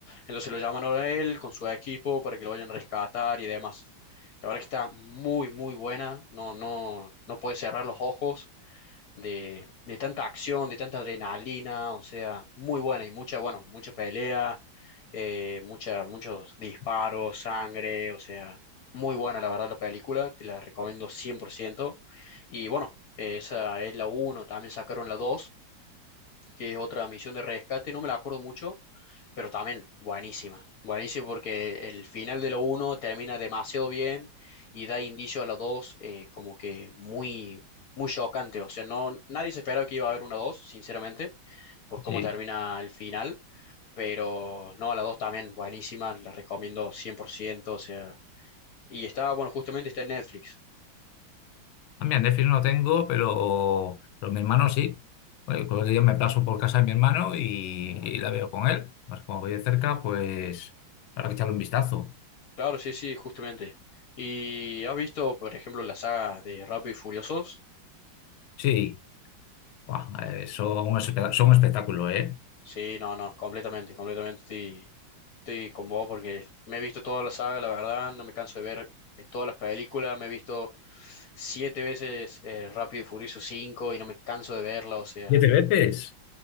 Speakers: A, on the left (about 55°); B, on the left (about 80°).
A: Entonces lo llaman ahora a él con su equipo para que lo vayan a rescatar y demás. La verdad que está muy, muy buena. No, no, no puedes cerrar los ojos de, de tanta acción, de tanta adrenalina. O sea, muy buena y mucha, bueno, mucha pelea, eh, mucha, muchos disparos, sangre. O sea, muy buena la verdad la película. Te la recomiendo 100%. Y bueno, eh, esa es la uno también sacaron la 2 que es otra misión de rescate, no me la acuerdo mucho, pero también buenísima. Buenísima porque el final de la uno termina demasiado bien y da indicio a la 2 eh, como que muy, muy chocante. O sea, no, nadie se esperaba que iba a haber una 2 sinceramente, por cómo
B: Sí.
A: termina el final. Pero no, la 2 también buenísima, la recomiendo cien por ciento O sea, y está, bueno, justamente está en Netflix.
B: Ah, mira, Netflix no tengo, pero, pero mi hermano sí. Oye, Pues yo me paso por casa de mi hermano y, y la veo con él. Pues como voy de cerca, pues habrá que echarle un vistazo.
A: Claro, sí, sí, justamente. ¿Y has visto, por ejemplo, la saga de Rápido y Furiosos?
B: Sí, Buah, eh, son un, espe- son un espectáculo, ¿eh?
A: Sí, no, no, completamente, completamente estoy, estoy con vos porque me he visto toda la saga, la verdad, no me canso de ver eh, todas las películas, me he visto siete veces eh, Rápido y Furioso 5 y no me canso de verla, o sea,
B: Siete veces.